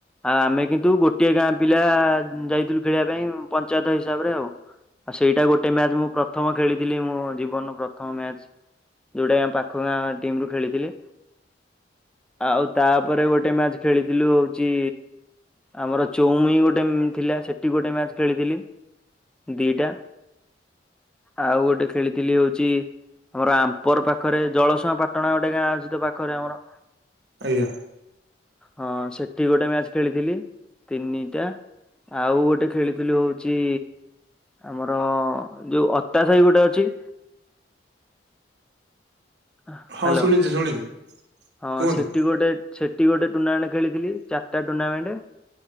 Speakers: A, in the centre; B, on the right.
A: ଆଉ ଆମେ କିନ୍ତୁ ଗୋ ଗୋଟିଏ ଗାଁ ପିଲା ଯାଇଥିଲୁ ଖେଳିବା ପାଇଁ ପଞ୍ଚାୟତ ହିସାବରେ ଆଉ। ଆଉ ସେଇଟା ଗୋଟେ ମ୍ୟାଚ୍ ମୁଁ ପ୍ରଥମ ଖେଳିଥିଲି ମୋ ଜୀବନର ପ୍ରଥମ ମ୍ୟାଚ୍। ଯୋଉଟା ଆମ୍ ପାଖ ଗାଁ ଟିମ ରୁ ଖେଳିଥିଲି। ଆଉ ତାପରେ ଗୋଟେ ମ୍ୟାଚ ଖେଳିଥିଲୁ ହୋଚି ଆମର ଚୁମୁଇଁ ଗୋଟେ ଥିଲା ସେଠି ଗୋଟେ ମ୍ୟାଚ୍ ଖେଳିଥିଲି ଦିଟା ଆଉ ଗୋଟେ ଖେଳିଥିଲି ହୋଉଛି ଆମର ଆମ୍ପର ପାଖରେ ଜଳସୁଆଁ ପାଟଣା ଗୋଟେ ଗାଁ ଅଛି ତ ପାଖରେ ଆମର
B: ଆଜ୍ଞା।
A: ହଁ ସେଠି ଗୋଟେ ମ୍ୟାଚ ଖେଳିଥିଲି। ତିନିଟା ଆଉ ଗୋଟେ ଖେଳିଥିଲୁ ହୋଉଚି ଆମର ଯୋଉ ଅତା ସାଇ ଗୋଟେ ଅଛି ହ୍ୟାଲୋ
B: ହଁ ଶୁଣିଛି ଶୁଣିଛି
A: ହଁ
B: କୁହନ୍ତୁ।
A: ସେଠି ଗୋଟେ ସେଠି ଗୋଟେ ଟୁର୍ଣ୍ଣାମେଣ୍ଟ ଖେଳିଥିଲି ଚାରିଟା ଟୁର୍ଣ୍ଣାମେଣ୍ଟ